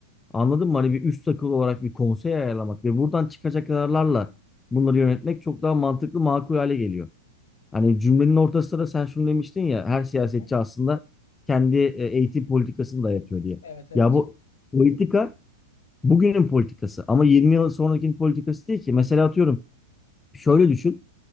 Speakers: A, on the left (about 15°); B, on the left (about 75°).
A: Anladın mı? Hani bir üst akıl olarak bir konsey ayarlamak ve buradan çıkacak kararlarla bunları yönetmek çok daha mantıklı, makul hale geliyor. Hani cümlenin ortasında da sen şunu demiştin ya, her siyasetçi
B: Hı hı.
A: aslında kendi e, eğitim politikasını dayatıyor diye.
B: Evet evet.
A: Ya bu politika bugünün politikası ama 20 yıl sonrakinin politikası değil ki. Mesela atıyorum şöyle düşün.